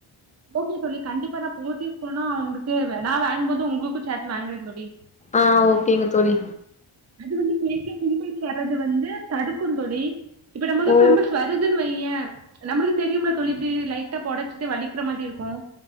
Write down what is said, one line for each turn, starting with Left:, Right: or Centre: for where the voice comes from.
Right: ஓகே தோழி கண்டிப்பா நான் போத்திஸ் போனா உங்களுக்கு வே நா வாங்கும் போதும் உங்களுக்கும் சேத்து வாங்கறன் தோழி
Left: ஆ ஓகேங்க தோழி
Right: அது வந்து பேஸ்ல பிம்பிள்ஸ் வறது வந்து தடுக்கும் தோழி இப்ப நமக்கு
Left: ஓ
Right: பிம்பிள்ஸ் வரு துன்‌ வையன் நம்பளுக்கு தெரியும்ல தோழி இப்டி லைட்டா பொடச்சிட்டு வலிக்கிற மாரி இருக்கும்